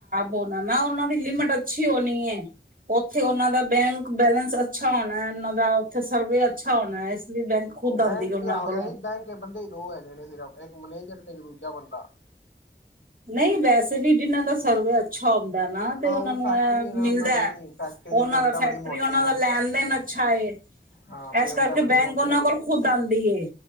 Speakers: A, on the right (about 50°); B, on the left (about 75°).
A: ਹੋਨਾ ਨਾ। ਉਹਨਾਂ ਦੀ ਲਿਮਿਟ ਅੱਛੀ ਹੋਨੀ ਏ। ਉੱਥੇ ਉਹਨਾਂ ਦਾ ਬੈਂਕ-ਬੈਲੇੈਂਸ ਅੱਛਾ ਹੋਣਾ, ਉਹਨਾਂ ਦਾ ਉੱਥੇ ਸਰਵੇ ਅੱਛਾ ਹੋਣਾ ਐ। ਇਸ ਲਈ ਬੈਂਕ ਖੁਦ
B: ਉਹ
A: ਆਂਦੀ
B: ਬੈਂਕ
A: ਉਹਨਾਂ
B: ਵੀ ਇਹੋ
A: ਕੋਲੋਂ
B: ਜਿਹਾ ਸੀ ਬੈਂਕ ਦੇ ਬੰਦੇ ਈ ਦੋ ਹੈਗੇ ਨੇ ਸਿਰਫ਼। ਇੱਕ ਮੇਨੇਜਰ ਤੇ ਇੱਕ ਦੂਜਾ ਬੰਦਾ।
A: ਨਹੀਂ ਵੈਸੇ ਵੀ ਜਿਹਨਾਂ ਦਾ ਸਰਵੇ ਅ ਅੱਛਾ ਹੁੰਦਾ ਨਾ ਤੇ ਉਹਨਾਂ
B: ਉਹ
A: ਨੂੰ
B: ਫੈਕਟਰੀ
A: ਐ
B: ਹੈ
A: ਮਿਲਦਾ।
B: ਨਾ ਉਹਨਾਂ ਦੀ ਫੈਕਟਰੀ
A: ਉਹਨਾਂ
B: ਦੀ ਪੇਮੈਂਟਾਂ
A: ਦਾ ਫੈਕਟਰੀ,
B: ਬੜੀ ਮੋਟੀਆਂ
A: ਉਹਨਾਂ ਦਾ
B: ਹੈ
A: ਲੈਣ-ਦੇਣ ਅੱਛਾ ਏ।
B: ਹਾਂ ਪੇਮੈਂਟਾਂ
A: ਇਸ ਕਰਕੇ
B: ਬੜੀ
A: ਬੈਂਕ
B: ਮੋਟੀਆਂ
A: ਉਹਨਾਂ ਕੋਲ ਖੁਦ ਆਂਦੀ ਏ।